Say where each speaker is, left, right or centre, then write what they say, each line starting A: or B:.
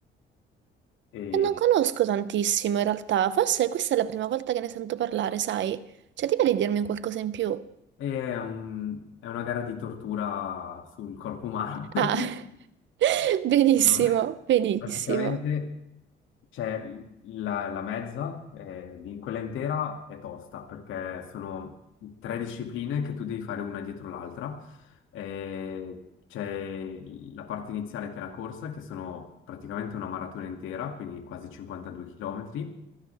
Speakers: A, on the left; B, on the right.
A: e,
B: E non conosco tantissimo in realtà, forse questa è la prima volta che ne sento parlare, sai? Cioè, ti va di dirmi un qualcosa in più?
A: e è un- è una gara di tortura sul corpo umano. <laughs>
B: Ah, <laughs> benissimo,
A: Allora,
B: benissimo.
A: praticamente c'è la, la mezza, eh, di- quella intera è tosta perché sono tre discipline che tu devi fare una dietro l'altra. Eh, c'è la parte iniziale che è la corsa, che sono praticamente una maratona intera, quindi quasi 52 km.